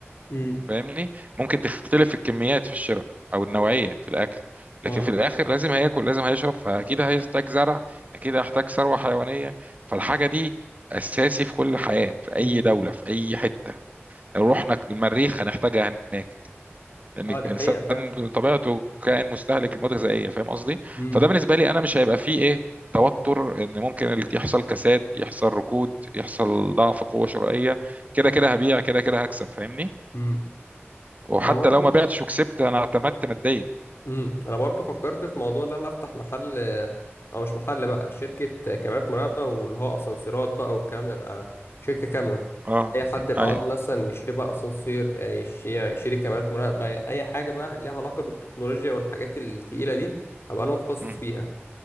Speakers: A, on the left; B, on the right.
A: امم
B: فاهمني ممكن تختلف في الكميات في الشراء او النوعيه في الاكل
A: اه
B: لكن في الاخر لازم هياكل لازم هيشرب فاكيد هيحتاج زرع اكيد هيحتاج ثروه حيوانيه فالحاجه دي اساسي في كل حياه في اي
A: امم
B: دوله في اي حته لو رحنا المريخ هنحتاجها هناك لان
A: اه
B: الانسان
A: دي حقيقة فعلا
B: طبيعته كائن مستهلك المواد الغذائيه فاهم قصدي
A: امم
B: فده بالنسبه لي انا مش هيبقى فيه ايه توتر ان ممكن ال- يحصل كساد يحصل ركود يحصل ضعف قوه شرائيه كده كده هبيع كده كده هكسب فاهمني
A: امم
B: وحتى
A: انا برضو
B: لو ما بعتش وكسبت انا اعتمدت ماديا
A: امم انا برضو فكرت في موضوع ان انا افتح محل او مش محل بقى شركة كاميرات مراقبة واللي هو اسانسيرات بقى والكلام ده يبقى شركة كاملة
B: اه
A: اي حد يبقى
B: ايوه
A: عاوز مثلا يشتري بقى اسانسير آه، يش- يشتري كاميرات مراقبة اي حاجة بقى ليها علاقة بالتكنولوجيا والحاجات التقيلة دي ابقى انا متخصص
B: مم.
A: فيها